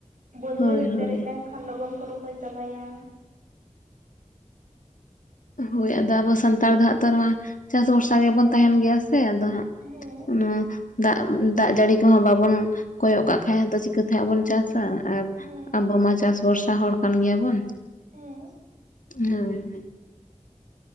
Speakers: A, on the right; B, on the left.
A: ᱵᱟᱹᱫ
B: ᱦᱳᱭ
A: ᱵᱟᱹᱭᱦᱟᱹᱲ
B: ᱦᱳᱭ
A: ᱯᱮᱨᱮᱡ ᱞᱮᱱᱠᱷᱟᱱ ᱞᱚᱜᱚᱱ ᱠᱚ ᱨᱚᱦᱚᱭ ᱪᱟᱵᱟᱭᱟ᱾
B: ᱦᱳᱭ ᱟᱫᱚ ᱟᱵᱚ ᱥᱟᱱᱛᱟᱲ ᱫᱚ ᱦᱟᱸᱜ ᱛᱚ ᱱᱚᱣᱟ ᱪᱟᱥ ᱵᱷᱚᱨᱥᱟ ᱜᱮᱵᱚᱱ ᱛᱟᱦᱮᱱ ᱜᱮᱭᱟ ᱥᱮ ᱟᱫᱚ
A: ᱦᱮᱸ
B: ᱚᱱᱟ ᱫᱟᱜ ᱫᱟᱜ ᱡᱟᱹᱲᱤ ᱠᱚᱦᱚᱸ ᱵᱟᱵᱚᱱ ᱠᱚᱭᱚᱜ ᱠᱟᱜ ᱠᱷᱟᱡ ᱟᱫᱚ ᱪᱤᱠᱟᱹᱛᱮ ᱦᱟᱜ ᱵᱚᱱ ᱪᱟᱥ ᱟ᱾ ᱟᱨ
A: ᱦᱮᱸ
B: ᱟᱵᱚ ᱢᱟ ᱪᱟᱥ ᱵᱷᱚᱨᱥᱟ ᱦᱚᱲ ᱠᱟᱱ ᱜᱮᱭᱟᱵᱚᱱ᱾
A: ᱦᱮᱸ
B: ᱦᱮᱸ